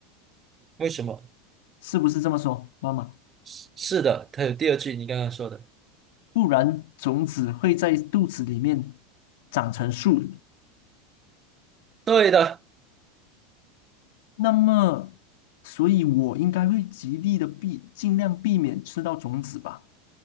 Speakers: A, on the right; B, on the left.
A: 为什么？
B: 是不是这么说，妈妈？
A: 是是的，它有第二句你刚刚说的。
B: 不然种子会在肚子里面长成树。
A: 对的，
B: 那么，所以我应该会极力的避，尽量避免吃到种子吧。